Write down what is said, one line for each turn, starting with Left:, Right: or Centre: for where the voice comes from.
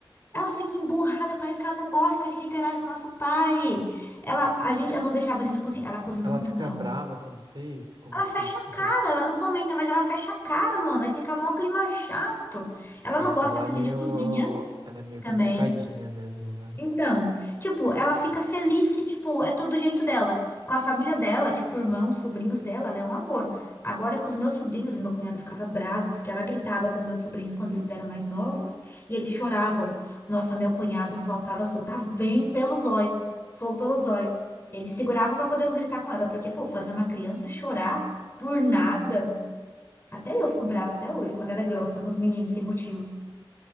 Left: Ela fica emburrada, parece que ela não gosta que a gente interage com o nosso pai. Ela, a gente, ela não deixava a gente cozinhar, ela cozinha
Right: Ela
Left: muito
Right: fica
Left: mal.
Right: brava com vocês? Como
Left: Ela
Right: vocês
Left: fecha
Right: ficam.
Left: a cara, ela não comenta, mas ela fecha a cara, mano. Aí fica mó clima chato. Ela
Right: Ah,
Left: não
Right: então
Left: gosta
Right: ela
Left: que
Right: é meio.
Left: a gente cozinha
Right: Ela é meio
Left: também.
Right: complicadinha mesmo, né? O
Left: Então, tipo, ela fica feliz se, tipo, é todo do jeito dela. Com a família dela, tipo, irmãos, sobrinhos dela, ela é um amor. Agora, com os meus sobrinhos, meu cunhado ficava bravo, porque ela gritava com os meus sobrinhos quando eles eram mais novos, e eles choravam. Nossa, meu cunhado faltava soltar vem pelo zóio, fogo pelo zóio. Ele segurava pra poder não gritar com ela, porque, pô, fazer uma criança chorar por nada, até eu fico brava até hoje, quando ela é grossa com os meninos sem motivo.